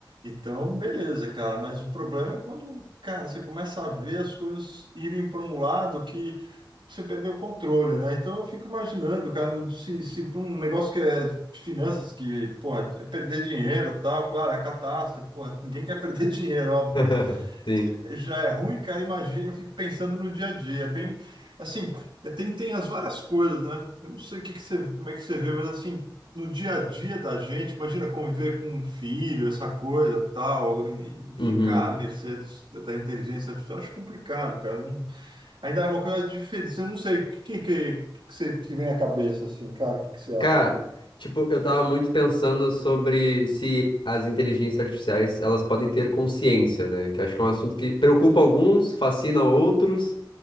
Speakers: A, on the right; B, on the left.
A: Então, beleza, cara, mas o problema é quando, cara, você começa a ver as coisas irem para um lado que você perdeu o controle, né? Então eu fico imaginando, cara, no- se, se pra um negócio que é de finanças, que, porra, é perder dinheiro e tal, claro, é a catástrofe, porra, ninguém quer perder <laughs> dinheiro, óbvio,
B: <laughs>
A: mas
B: Sim.
A: se já é ruim, cara, imagina, eu fico pensando no dia a dia, é bem, assim, é, tem, tem as várias coisas, né? Eu não sei o que que você, como é que você vê, mas assim, no dia a dia da gente, imagina conviver com um filho, essa coisa tal, e
B: Uhum.
A: ficar à mercê dos- da inteligência artificial, acho complicado, cara, Ainda é uma coisa diferente. Eu não sei, o que, que, que, que você te vem à cabeça, assim, cara? O que, que você acha
B: Cara,
A: de...
B: tipo, eu tava muito pensando sobre se as inteligências artificiais, elas podem ter consciência, né? Que acho que é um assunto que preocupa alguns, fascina outros,